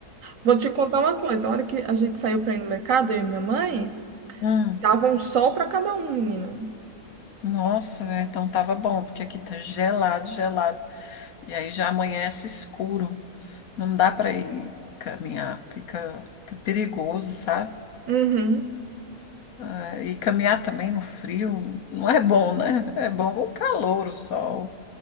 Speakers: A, on the right; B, on the left.
A: Vou te contar uma coisa. A hora que a gente saiu para ir no mercado, eu e minha mãe,
B: Hum,
A: tava um sol para cada um, menina.
B: nossa, é, então tava bom, porque aqui tá gelado, gelado. E aí já amanhece escuro. Não dá para ir caminhar, fica, fica perigoso, sabe?
A: Uhum.
B: Ah, e caminhar também no frio não é bom, né? É bom o calor, o sol.